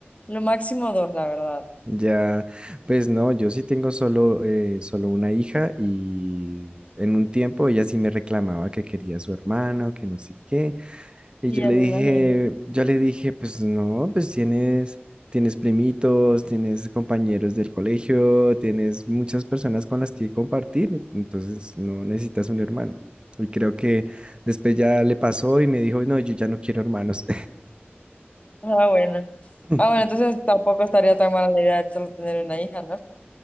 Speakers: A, on the left; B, on the right.
A: lo máximo dos, la verdad.
B: Ya, pues no, yo sí tengo solo, eh, solo una hija y en un tiempo ella sí me reclamaba que quería a su hermano, que no sé qué. Y
A: Sí,
B: yo
A: ya
B: le
A: me
B: dije,
A: imagino.
B: yo le dije, pues no, pues tienes, tienes primitos, tienes compañeros del colegio, tienes muchas personas con las que compartir, entonces no necesitas un hermano. Y creo que después ya le pasó y me dijo, no, yo ya no quiero hermanos.
A: Ah, bueno.
B: <laughs>
A: Ah, bueno, entonces tampoco estaría tan mala la idea de solo tener una hija, ¿no?